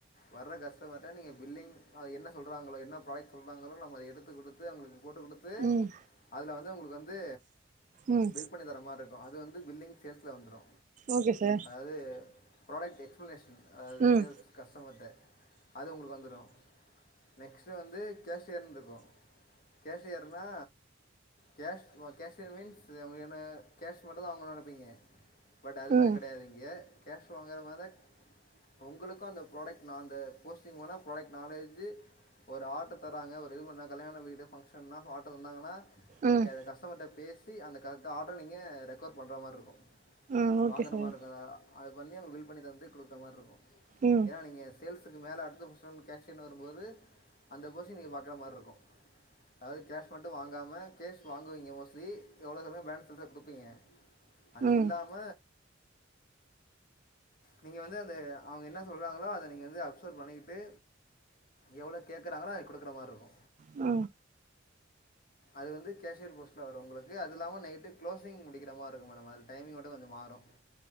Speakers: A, on the left; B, on the right.
A: வர்ற கஸ்டமர்ட்ட நீங்க பில்லிங் அது என்ன சொல்றாங்களோ என்ன ப்ராடக்ட் சொல்றாங்களோ நம்ம அத எடுத்து குடுத்து அவுங்களுக்கு போட்டு குடுத் து
B: ம்
A: அதுல வந்து உங்களுக்கு வந்து
B: ம்
A: பில் பண்ணி தர மாரி இருக்கு அது வந்து பில்லிங் சேல்ஸ்ஸுல வந்துரு
B: ஓகே சார்
A: அது ப்ராடக்ட் எக்ஸ்ப்ளனேஷன் அது
B: ம்
A: சேல்ஸ் கஸ்டமர்ட்ட அது உங்ளுக்கு வந்துடு நெக்ஸ்ட்டு வந்து கேஷ் யர்ன் ருக்கு கேஷியர்னா கேஷ் வா கேஷியர் மீன்ஸு நம் என கேஷ் மட்டுதா அவ்ங்க நடப்பீங்க பட் அது மாரி
B: ம்
A: கிடையாத் இங்கே கேஷ் வாங்குற மாதக் உங்குளுக்கு அந்த ப்ராடக்ட் நா அந்த போஸ்டிங் போனா ப்ரொடக்ட் நாலேஜு ஒர் ஆட்ட தராங்க ஒரு இது பண்ணா கல்யாண வீடு ஃபங்க்ஷன்னா ஆட்ட இருந்தாங்கன்னா
B: ம்
A: நீங்க அது கஸ்டமர்ட்ட பேசி அந்த கரட் ஆட்ரு நீங்க ரெக்கோர் பண்ற மார் ருக்கு
B: ம் ஓகே
A: வாங்குற
B: சார்
A: மார் ருக்குதா அது பண்ணி அங்க பில் பண்ணி தந்து குடுக்ற மார் ருக்கு
B: ம்
A: ஏனா நீங்க சேல்ஸுக்கு மேல அடுத்த பொஷன் கேஷ்யன் வரும்போது அந்த போசி நீங்க பாக்குற மார் ருக்கு அதாவ்து கேஷ் மட்டு வாங்காம கேஷ் வாங்குவீங்க மோஸ்லி எவ்ளோ சமே ப்லான்ஸ் லதா குடுப்பீங்க அது
B: ம்
A: இல்லாம நீங்க வந்து அந்த அவ்ங்க என்ன சொல்றாங்களோ அத நீங்கந்து அப்சர்வ் பண்ணிக்கிட்டு எவ்ளோ கேக்குறாங்களோ அது கொடுக்குற மார் ருக்கு
B: அ
A: அது வந்து கேஷியர் போஸ்ட்ல வரு உங்ளுக்கு அது இல்லாம நைட்டு க்ளோஸிங் முடிக்கிற மார் ருக்கு மேடம் அது டைமிங் மட்டு கொஞ்ச மாறு